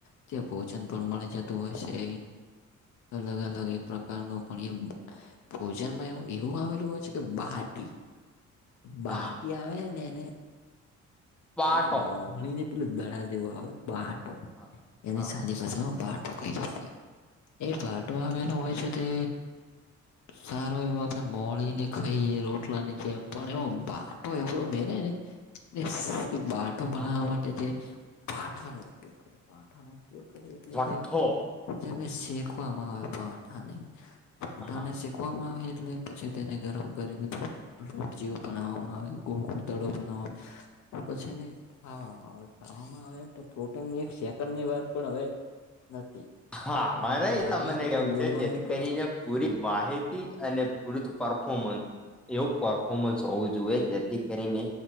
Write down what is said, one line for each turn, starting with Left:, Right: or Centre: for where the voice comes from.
Left: ત્યાં ભોજન પણ મળી જતું હોય છે. અલગ અલગ એ પ્રકારનો પણ એ ભોજનમાં એવું એવું આવેલું હોય છે કે બાટી બાટી
Centre: હા
Left: આવે ને એને
Centre: પાટો
Left: એને મોહળીને પેલા દડા જેવો આવે બહટો
Centre: હા
Left: એને
Centre: હા
Left: સાદી પાસેમાં બટો કહીએ છીએ એ બાટો આવેલો હોય છે. તે સારો એવ આપણે મોહળીને ખાઈએ રોટલા ની કેમ પણ એવ બાટો એવો મેરે ને બાટો બનવા
Centre: હા,
Left: માટે જે પાઠાનોો ઉપયોગ કરે પાઠા નો ઉપયોગ કરીએ
Centre: છઠ્ઠો
Left: જાય જેમને શેકવામાં આવે પાઠા પાઠાને
Centre: હા
Left: શ કૂકવામાં આવે એટલે પછી તેને ગરમ કરીને લોટ જેવું બનાવામાં આવે ગોળ ગોળ દડો બનાવામાં આવે પછી નહી ખાવામાં આવે ખાવામાં આવે તો પ્રોટીનની એક સેકન્ડ ની વાર પણ હવે નથી
Centre: હા
Left: હવે
Centre: મારે
Left: મને લાગે
Centre: એ તમને
Left: કે
Centre: કવું
Left: બોલવાનું
Centre: છે જેથી
Left: પણ
Centre: કરીને પૂરી માહિતી અને પૂરી પરફોર્મન્સ એવું પરફોર્મન્સ હોવું જોઈએ જેથી કરીને